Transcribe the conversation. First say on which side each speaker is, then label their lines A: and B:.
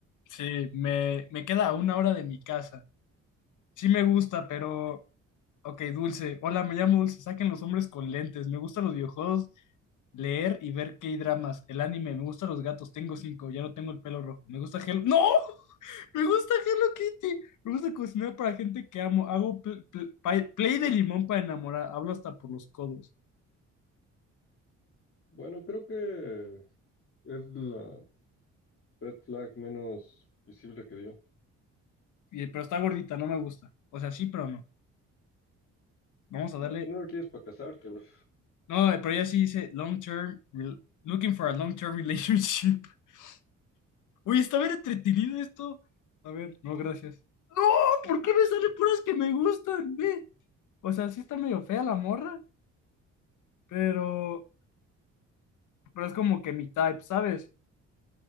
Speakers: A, on the left (about 80°); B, on the left (about 45°).
A: Sí, me, me queda a una hora de mi casa. Sí me gusta, pero... Ok, Dulce. Hola, me llamo Dulce. Saquen los hombres con lentes. Me gustan los videojuegos, leer y ver K-dramas. El anime, me gustan los gatos. Tengo cinco, ya no tengo el pelo rojo. Me gusta Hello. ¡No! Me gusta Hello Kitty. Me gusta cocinar para gente que amo. Hago pl- pl- pa- play de limón para enamorar. Hablo hasta por los codos.
B: Bueno, creo que es la red flag menos visible que dio.
A: Y- pero está gordita, no me gusta. O sea, sí, pero no. Vamos a darle.
B: Ah, pues no me quieres para casarte, güey.
A: No, pero ella sí dice long term, rel- looking for a long term relationship. <laughs> Oye, está bien entretenido esto. A ver, no, gracias. No, ¿por qué me salen puras que me gustan? Ve? O sea, sí está medio fea la morra, pero, pero es como que mi type, ¿sabes?